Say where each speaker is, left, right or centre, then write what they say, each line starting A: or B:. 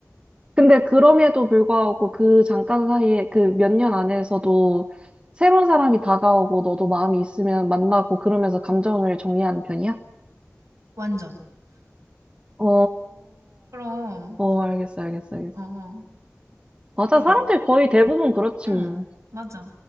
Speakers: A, on the right; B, on the right.
A: 근데 그럼에도 불구하고 그 잠깐 사이에 그 몇 년 안에서도 새로운 사람이 다가오고 너도 마음이 있으면 만나고 그러면서 감정을 정리하는 편이야?
B: 완전.
A: 어,
B: 그럼,
A: 어, 알겠어, 알겠어, 알겠어.
B: 어, 어.
A: 맞아,
B: 그럼
A: 사람들 거의 대부분 그렇지,
B: 응,
A: 뭐.
B: 맞아.